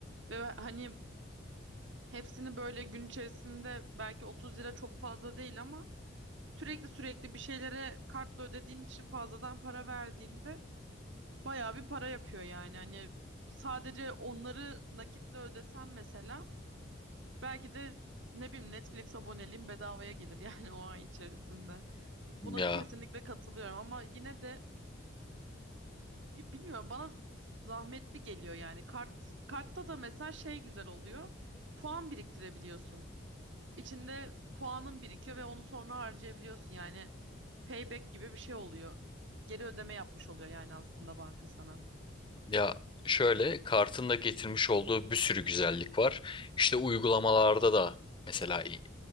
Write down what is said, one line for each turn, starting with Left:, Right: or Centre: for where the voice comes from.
Right: Ve hani Hepsini böyle gün içerisinde belki 30 lira çok fazla değil ama sürekli sürekli bir şeylere kartla ödediğin için fazladan para verdiğinde bayağı bir para yapıyor yani. Hani sadece onları nakitle ödesen mesela belki de ne bileyim Netflix aboneliğim bedavaya gelir <laughs> yani o ay içerisinde. Buna
Left: Ya
Right: kesinlikle katılıyorum ama yine de bilmiyorum bana zahmetli geliyor yani. Kart kartta da mesela şey güzel oluyor. Puan biriktirebiliyorsun. İçinde puanın birikiyor ve onu sonra harcayabiliyorsun. Yani payback gibi bir şey oluyor. Geri ödeme yapmış oluyor yani aslında banka sana.
Left: Ya şöyle kartın da getirmiş olduğu bir sürü güzellik var. İşte uygulamalarda da mesela i-